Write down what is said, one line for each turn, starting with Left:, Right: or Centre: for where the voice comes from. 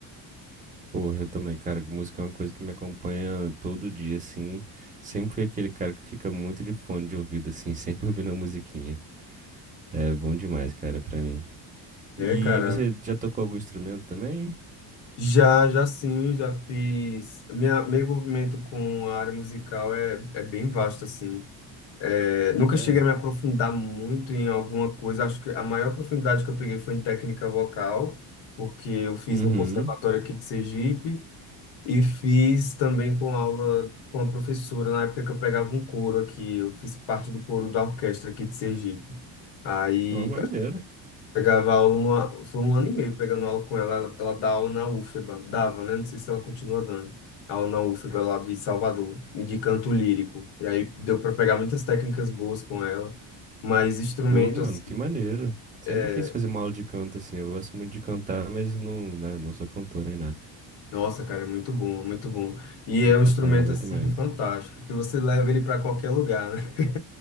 Right: Porra, eu também, cara, música é uma coisa que me acompanha todo dia, assim. Sempre fui aquele cara que fica muito de fone de ouvido, assim, <laughs> sempre ouvindo uma musiquinha. É bom demais, cara, pra mim. E
Left: É, cara,
Right: você já tocou algum instrumento também?
Left: já, já sim, já fiz. Minha, meu envolvimento com a área musical é, é bem vasto, assim. É, nunca
Right: É.
Left: cheguei a me aprofundar muito em alguma coisa. Acho que a maior profundidade que eu peguei foi em técnica vocal, porque eu fiz
Right: Uhum.
Left: no conservatório aqui de Sergipe e fiz também com aula com a professora na época que eu pegava um coro aqui. Eu fiz parte do coro da orquestra aqui de Sergipe. Aí
Right: Ó, maneiro.
Left: Pegava aula, numa, foi um ano e meio pegando aula com ela. Ela, ela dá aula na UFBA, dava, né? Não sei se ela continua dando. Aula na UFBA lá de Salvador, e de canto lírico. E aí deu para pegar muitas técnicas boas com ela, mas instrumento,
Right: Pô, mano,
Left: assim,
Right: que maneiro. Sempre
Left: é,
Right: quis fazer uma aula de canto, assim. Eu gosto muito de cantar, mas não, né, não sou cantor nem nada.
Left: nossa, cara, é muito bom, é muito bom. E
Right: Vou
Left: é
Right: cantar
Left: um instrumento,
Right: é legal
Left: assim,
Right: demais.
Left: fantástico, que você leva ele para qualquer lugar, né? <laughs>